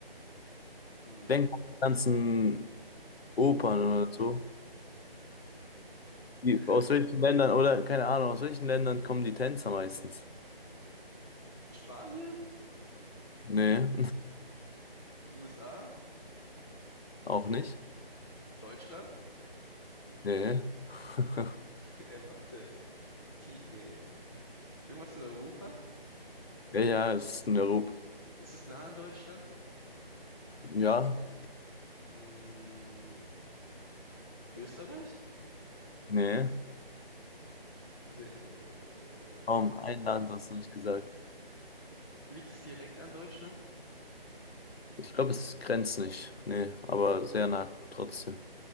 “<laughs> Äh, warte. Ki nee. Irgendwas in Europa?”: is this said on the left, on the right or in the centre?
Left